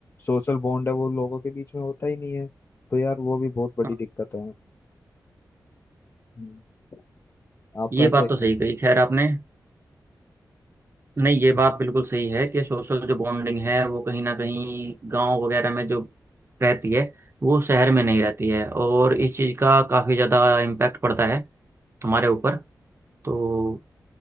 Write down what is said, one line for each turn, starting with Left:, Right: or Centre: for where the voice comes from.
Left: सोशल बॉन्ड है वो लोगों के बीच में होता ही नहीं है तो यार वो भी बहुत बड़ी
Right: हम्म।
Left: दिक्कत है हम्म। आपका
Right: ये
Left: क्या
Right: बात
Left: ख्याल
Right: तो सही कही
Left: है?
Right: खैर आपने नहीं ये बात बिल्कुल सही है कि सोशल जो बॉन्डिंग है वो कहीं ना कहीं गांव वगैरह में जो रहती है वो शहर में नहीं रहती है और इस चीज़ का काफ़ी ज़्यादा इम्पैक्ट पड़ता है हमारे ऊपर तो